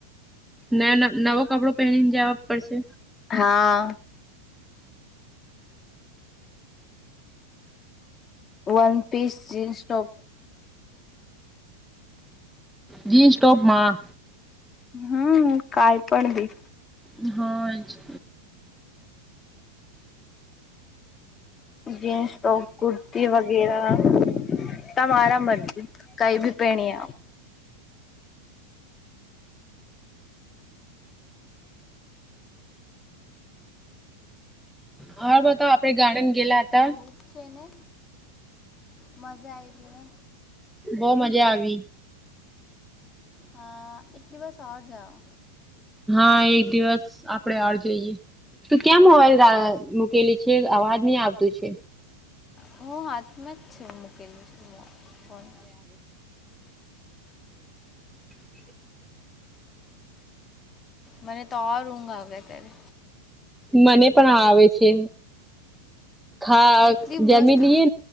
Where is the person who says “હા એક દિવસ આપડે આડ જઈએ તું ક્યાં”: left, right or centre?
Centre